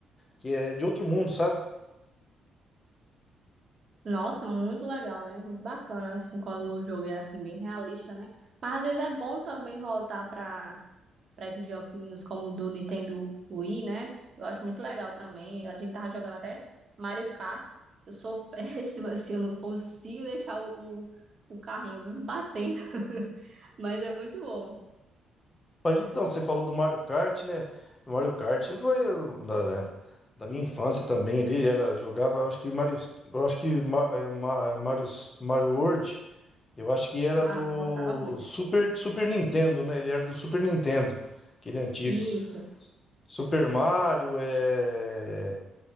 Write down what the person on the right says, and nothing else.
Nossa, muito legal, né? Muito bacana, assim, quando o jogo é assim, bem realista, né? Mas às vezes é bom também voltar pra para esses joguinhos como o do Nintendo Wii, né? Eu acho muito legal também. A gente tava jogando até Mario Kart. Eu sou <laughs> péssima, assim, eu não consigo deixar o, o, o carrinho, eu vivo batendo. <laughs> Mas é muito bom.
Ah,
gostava muito.
Isso,